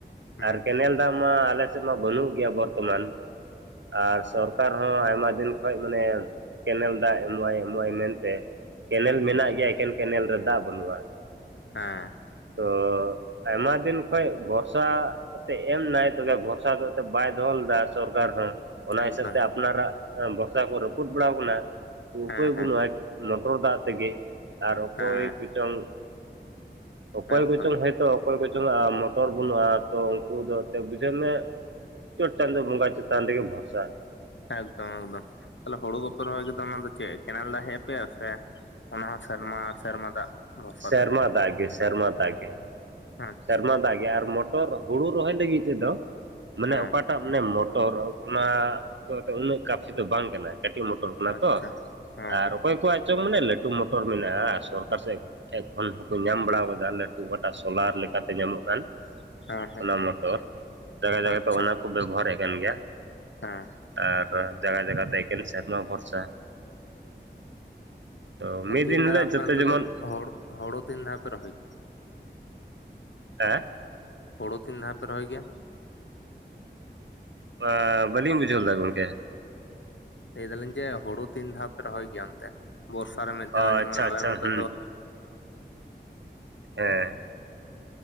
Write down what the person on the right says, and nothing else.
ᱟᱨ ᱠᱮᱱᱮᱞ
<unintelligible> ᱢᱟ ᱟᱞᱮ ᱥᱮᱫ ᱢᱟ ᱵᱟᱱᱩᱜ ᱜᱮᱭᱟ ᱵᱚᱨᱛᱚᱢᱟᱱ᱾ ᱟᱨ ᱥᱚᱨᱠᱟᱨ ᱦᱚᱸ ᱟᱭᱢᱟ ᱫᱤᱱ ᱠᱷᱚᱡ ᱢᱟᱱᱮ ᱠᱮᱱᱮᱞ ᱫᱟᱜ ᱮᱢᱚᱜ ᱟᱭ ᱮᱢᱚᱜ ᱟᱭ ᱢᱮᱱᱛᱮ ᱠᱮᱱᱮᱞ
ᱢᱮᱱᱟᱜ
ᱜᱮᱭᱟ ᱮᱠᱮᱱ ᱠᱮᱱᱮᱞ ᱨᱮ ᱫᱟᱜ ᱵᱟᱱᱩᱜᱼᱟ᱾
ᱛᱚ ᱟᱭᱢᱟ ᱫᱤᱱ ᱠᱷᱚᱡ ᱵᱷᱚᱨᱥᱟ ᱮᱢ ᱱᱟᱭ ᱛᱚᱵᱮ ᱵᱷᱚᱨᱥᱟ ᱫᱚ ᱥᱮ ᱵᱟᱭ ᱫᱚᱦᱚ ᱫᱟ ᱥᱚᱨᱠᱟᱨ ᱦᱚᱸ ᱚᱱᱟ
ᱦᱤᱥᱟᱹᱵ ᱛᱮ ᱟᱯᱱᱟᱨᱟᱜ ᱵᱷᱚᱨᱥᱟ ᱠᱚ ᱨᱟᱹᱯᱩᱫ ᱵᱟᱲᱟᱣ ᱠᱟᱱᱟ
ᱩᱯᱟᱹᱭ
ᱵᱟᱹᱱᱩᱜᱼᱟ᱾ ᱢᱚᱴᱚᱨ ᱫᱟᱜ ᱛᱮᱜᱮ ᱟᱨ ᱚᱠᱚᱭ
ᱠᱚᱪᱚᱝ ᱚᱠᱚᱭ
ᱠᱚᱪᱚᱝ ᱦᱚᱭᱛᱳ ᱚᱠᱚᱭ ᱠᱚ ᱪᱚᱝᱼᱟ ᱢᱚᱴᱚᱨ ᱵᱟᱹᱱᱩᱜᱼᱟ ᱛᱚ ᱩᱱᱠᱩ ᱫᱚ ᱮᱱᱛᱮᱫ ᱵᱩᱡᱷᱟᱹᱜᱣ ᱢᱮ ᱪᱚᱴ ᱪᱟᱸᱫᱚ ᱵᱚᱸᱜᱟ ᱪᱮᱛᱟᱱ ᱨᱮᱜᱮ ᱵᱷᱨᱥᱟ
ᱥᱮᱨᱢᱟ
ᱫᱟᱜ ᱜᱮ ᱥᱮᱨᱢᱟ ᱫᱟᱜ ᱜᱮ
ᱥᱮᱨᱢᱟ ᱫᱟᱜ ᱜᱮ ᱟᱨ ᱢᱚᱴᱚᱨ ᱦᱩᱲᱩ ᱨᱚᱦᱚᱭ ᱞᱟᱹᱜᱤᱫ ᱛᱮᱫᱚ ᱢᱟᱱᱮ
ᱚᱠᱟᱴᱟᱜ ᱢᱟᱱᱮ ᱢᱚᱴᱚᱨ ᱚᱱᱟ ᱫᱚ ᱩᱱᱟᱹᱜ ᱠᱟᱯᱷᱤ ᱫᱚ ᱵᱟᱝ ᱠᱟᱱᱟ ᱠᱟᱹᱴᱤᱡ ᱢᱚᱴᱚᱨ᱾ ᱠᱟᱱᱟ
ᱛᱚ
ᱟᱨ ᱚᱠᱚᱭ ᱠᱚᱣᱟᱜ ᱪᱚᱝ ᱢᱟᱱᱮ ᱞᱟᱹᱴᱩ ᱢᱚᱴᱚᱨ ᱢᱮᱱᱟᱜᱼᱟ ᱟᱨ ᱥᱚᱨᱠᱟᱨ ᱥᱮᱫ ᱴᱷᱮᱡ ᱠᱷᱚᱱ ᱦᱚᱸᱠᱚ ᱧᱟᱢ ᱵᱟᱲᱟ ᱟᱠᱟᱫᱟ ᱞᱟᱹᱴᱩ ᱜᱴᱟ ᱥᱚᱞᱟᱨ ᱞᱮᱠᱟᱛᱮ ᱧᱟᱢᱚᱜ ᱠᱟᱱ᱾
ᱚᱱᱟ ᱢᱚᱴᱚᱨ ᱡᱟᱭᱜᱟ ᱡᱟᱭᱜᱟ
ᱛᱚ ᱚᱱᱟ ᱵᱮᱵᱚᱦᱟᱨᱮᱫ ᱠᱟᱱ ᱜᱮᱭᱟ
ᱟᱨ ᱡᱟᱭᱜᱟ ᱡᱟᱭᱜᱟ ᱛᱮ ᱮᱠᱷᱮᱱ ᱥᱮᱨᱢᱟ ᱵᱷᱚᱨᱥᱟ᱾ ᱛᱚ
ᱢᱤᱫ
ᱫᱤᱱ
ᱦᱤᱞᱳᱜ
ᱡᱚᱛᱚ
ᱡᱮᱢᱚᱱ
ᱦᱮᱸ
ᱟᱸ ᱵᱟᱞᱤᱧ ᱵᱩᱡᱷᱟᱹᱣ ᱞᱮᱫᱟ ᱜᱚᱝᱠᱮ
ᱚ
ᱟᱪᱪᱷᱟ
ᱟᱪᱪᱷᱟ
ᱦᱩᱸ
ᱦᱮᱸ